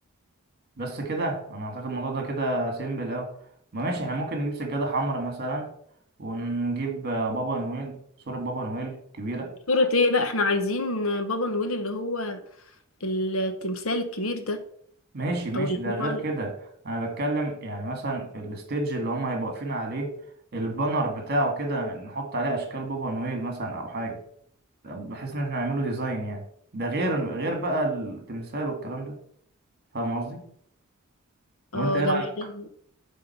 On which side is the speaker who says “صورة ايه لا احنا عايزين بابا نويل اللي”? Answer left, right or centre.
Left